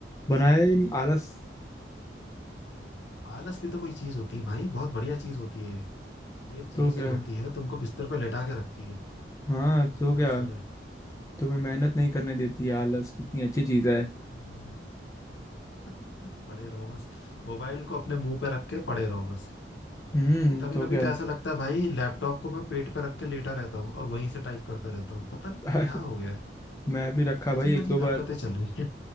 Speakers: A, on the left (about 15°); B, on the left (about 75°).
A: बनाया ही नहीं आलस
B: आलस भी तो कोई चीज होती है भाई बहुत बढ़िया चीज होती है ये ये चीज
A: तो क्या
B: जो
A: है?
B: होती है तुमको बिस्तर पे लेटा के रखती है
A: हाँ तो
B: हर
A: क्या
B: समय
A: तुम्हें मेहनत नहीं करने देती है आलस कितनी अच्छी चीज है
B: हम्म। <laughs> पड़े रहो बस मोबाइल को अपने मुंह पे रख के पड़े रहो बस
A: हम्म
B: अरे कभी
A: तो
B: कभी
A: क्या
B: तो ऐसा लगता है भाई लैपटॉप को मैं पेट पे रख के लेटा रहता हूँ और वहीं से टाइप करता रहता हूँ पता नहीं
A: <laughs> अरे
B: क्या हो गया है
A: मैं भी रखा भाई
B: अजीब
A: एक
B: अजीब
A: दो बार
B: हरकतें चल रही हैं